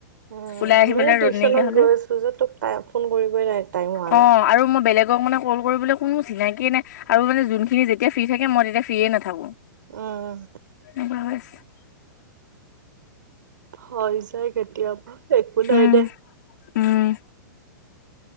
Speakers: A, on the right; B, on the left.
A: উম
B: ওলাই আহিবলে
A: ময়ো টিউচনত
B: ৰ'দ নাইকিয়া হলে।
A: গৈ আছিলো যে তোক টাই ফোন কৰিবই নাই টাইম হোৱা
B: অ',
A: নাই
B: আৰু মই বেলেগ মোৰ মানে ক'ল কৰিবলৈ কোনো চিনাকিয়ে নাই আৰু মানে যোনখিনি যেতিয়া ফ্ৰী থাকে মই তেতিয়া ফ্ৰীয়ে নাথাকোঁ।
A: উম।
B: এনেুৱা হৈ আছ
A: হৈ যায় কেতিয়াবা, একো নাই
B: উম
A: দে।
B: উম।